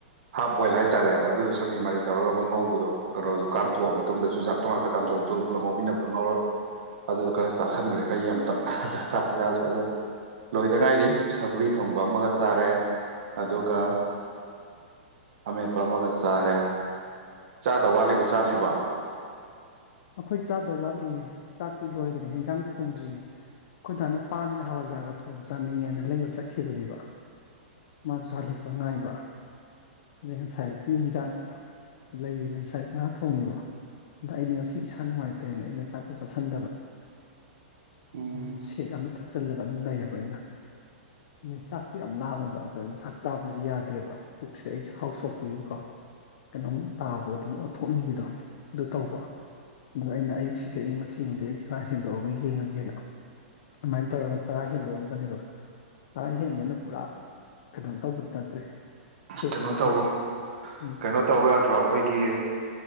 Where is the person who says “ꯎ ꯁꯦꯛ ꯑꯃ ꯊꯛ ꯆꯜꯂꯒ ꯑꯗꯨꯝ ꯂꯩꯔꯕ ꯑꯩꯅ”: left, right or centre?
Left